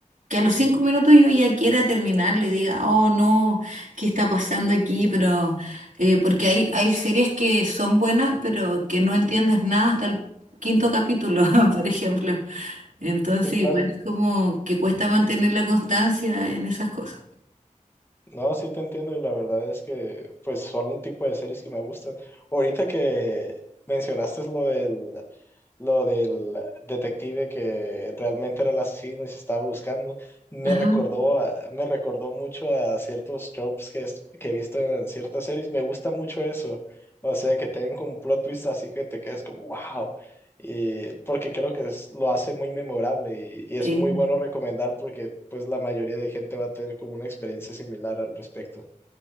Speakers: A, on the right (about 75°); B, on the left (about 15°).
A: que a los cinco minutos yo ya quiera terminarlo y diga, oh no, ¿qué está pasando aquí? Pero eh, porque hay, hay series que son buenas, pero que no entiendes nada hasta el quinto capítulo, <laughs> por ejemplo. Entonces,
B: Sí, claro.
A: igual es como que cuesta mantener la constancia en esas cosas.
B: No, sí te entiendo y la verdad es que pues son un tipo de series que me gustan. Ahorita que mencionaste lo del lo del detective que realmente era el asesino y se estaba buscando, me
A: Ajá.
B: recordó, a- me recordó mucho a ciertos tropes que, es- que he visto en ciertas series. Me gusta mucho eso. O sea, que tengan como un plot twist así que te quedes como, wow y porque creo que es- lo hace muy memorable y, y
A: Sí.
B: es muy bueno recomendar porque pues la mayoría de gente va a tener como una experiencia similar al respecto.